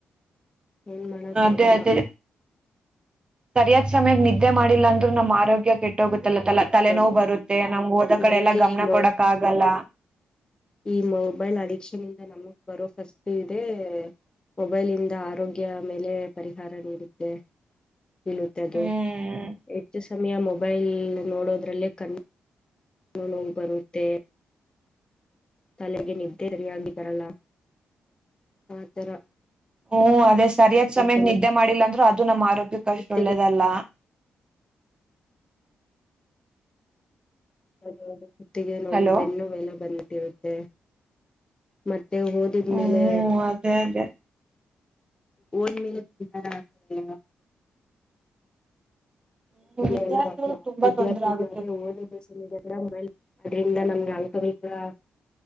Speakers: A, on the left; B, on the right.
A: ಏನ್ ಮಾಡಕ್ಕಾಗಲ್ಲ
B: ಅದೇ ಅದೇ ಸರಿಯಾದ ಸಮಯಕ್ಕೆ ನಿದ್ದೆ ಮಾಡಿಲ್ಲ ಅಂದ್ರರು ನಮ್ಮ್ ಆರೋಗ್ಯ ಕೆಟ್ಟೋಗುತ್ತೆ ಲ್ಲ ತಲ
A: ಹೌದೌದು
B: ತಲೆನೋವು ಬರುತ್ತೆ ನಮ್ಗೆ ಓದ ಕಡೆ
A: ನಮ್ಗೆ
B: ಎಲ್ಲಾ ಗಮನ
A: ಈ
B: ಕೊಡಕ್ ಆಗಲ್ಲ
A: ಈ ಮೊಬೈಲ್ ಅಡಿಕ್ಷನ್ ಇಂದ ನಮಗ್ ಬರೋ ಫಸ್ಟ್ ಇದೆ ಮೊಬೈಲ್ಂದ ಆರೋಗ್ಯ ಮೇಲೆ ಪರಿಹಾರ ನೀಡುತ್ತೆ ಬಳದು
B: ಹ್ಮ್
A: ಹೆಚ್ಚು ಸಮಯ ಮೊಬೈಲ್ ನೋಡೋದ್ರಲ್ಲೇ ಕಣ ಕಣ್ಣ ನೋವು ಬರುತ್ತೆ ತಲೆಗೆ ನಿದ್ದೆ ಸರಿಯಾಗಿಬರಲ್ಲ ಆತರ
B: ಹ್ಮ್ ಅದೇ ಸರಿಯಾದ್ ಸಮಯ ನಿದ್ದೆ ಮಾಡಿಲ್ಲ ಅಂದ್ರರು ಅದು ನಮ್ಮ ಆರೋಗ್ಯಕ್ಕ
A: ಕುತ್ತಿಗೆ
B: ಅಷ್ಟ ಒಳ್ಳೇದಲ್ಲ
A: ಅ ಕುತ್ತಿಗೆ ನಮ
B: ಹಲೋ
A: ಬೆನ್ನು ಎಲ್ಲ ಬಂದ್ಬಿಟ್ಟಿರುತ್ತೆ ಮತ್ತೆ ಮತ್ತೆ ಹಓದಿದ್ಮೇಲೆ
B: ಹ್ಮ್ ಅದೇ ಅದೇ
A: ನ್ ಮೇಲೆ ಬಾರ <unintelligible>
B: ಹ್ಮ್ ವಿದ್ಯಾರ್ಥಿಗಳಿಗೆ
A: ಎಲ್ಲ ಬ
B: ತುಂಬಾ
A: ವಿದ್ಯಾರ್ಥಿಗಳು್ರೆ
B: ತೊಂದರೆ ಆಗುತ್ತೆ ಬಿಡ್ರಿ
A: ಅದರಿಂದ ನಮ್ಗೆ ಆಳ್ಕೊಬೇಕ <unintelligible>